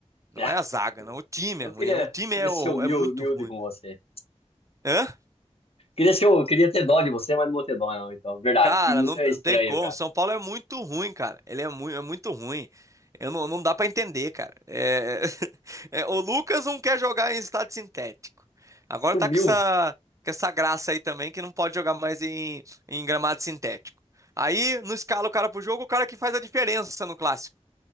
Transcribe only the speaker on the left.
Ah,
Eu
queria,
queria
ser humilde,
humilde
com você.
Queria ser, eu queria ter dó de você, mas não vou ter dó, não, então. Verdade,
time isso
é estranho,
cara.
Sumiu,